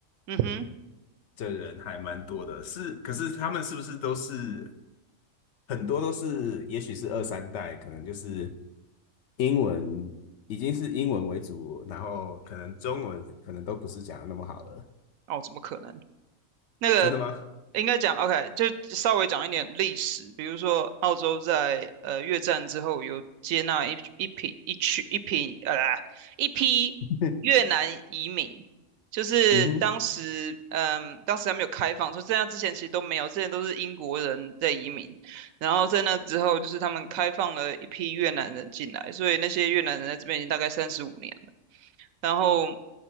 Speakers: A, on the right; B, on the left.
A: 嗯哼，
B: 的人还蛮多的。是，可是他们是不是都是很多都是，也许是二三代，可能就是英文已经是英文为主，然后可能中文可能都不是讲的那么好了，
A: 哦，怎么可能？那个
B: 真的吗？
A: 应该讲 OK，就稍微讲一点历史，比如说澳洲在呃越战之后有接纳一一批一区一批呃一批越南移民，
B: <laughs>
A: 就是当时嗯当时还没有开放，
B: 嗯哼，
A: 说这样之前其实都没有，之前都是英国人在移民，然后在那之后就是他们开放了一批越南人进来，所以那些越南人在这边已经大概三十五年了，然后